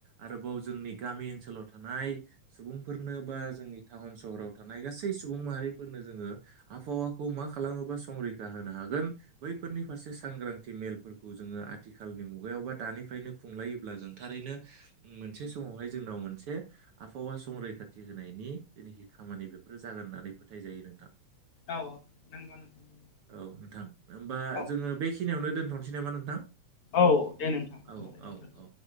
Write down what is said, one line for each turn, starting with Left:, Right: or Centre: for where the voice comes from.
Right: आरोबाव जोंनि गामि ओनसोलाव थानाय सुबुंफोरनो बा जोंनि टाउन सहराव थानाय गासै सुबुं माहारिफोरनो जोङो ओ आबहावाखौ मा खालामोबा संरैखा होनो हागोन बैफोरनि फारसे सांग्रांथि मेलफोर खौ जोङो आथिखालनि मुगायावबा दानिफ्रायनो खुंलायोब्ला जों थारैनो मोनसे समावहाय जोंनाव मोनसे आबहावा संरैखाथि होनायनि जेनाखि खामानि बेफोरो जागोन होननानै फोथाय जायो नोंथां।
Left: औ नंगौ नोंथां
Right: औ नोंथां ओमबा
Left: औ
Right: जोङो बेखिनियावनो दोन सै नामा नोंथां
Left: औ दे नोंथां होमबालाय
Right: औ-औ-औ
Left: दोनथ'नोसै